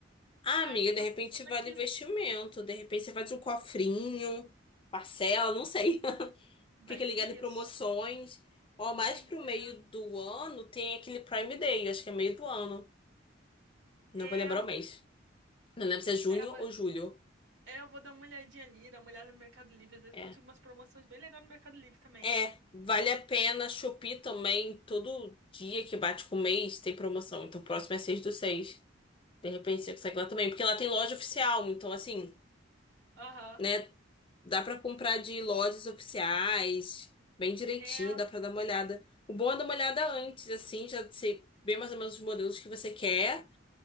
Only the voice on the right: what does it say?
Aí
eu tô
pensando
que
vai
ser
isso.
Pois
é.
É,
é, eu vou,
é, eu vou dar uma olhadinha ali, dar uma olhada no Mercado Livre. Às vezes
eu consigo umas promoções bem legais no Mercado Livre também.
Aham.
É,
é